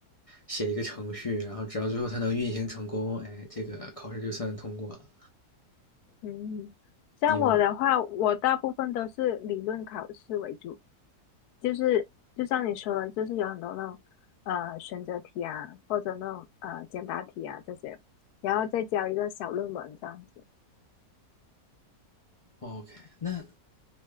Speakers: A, on the left; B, on the left.
A: 写一个程序，然后只要最后它能运行成功，哎，这个考试就算通过了。
B: 嗯，像我的话，
A: 你们
B: 我大部分都是理论考试为主，就是就像你说的，就是有很多那种呃选择题啊，或者那种呃简答题啊这些，然后再交一个小论文这样子。
A: 哦 OK？那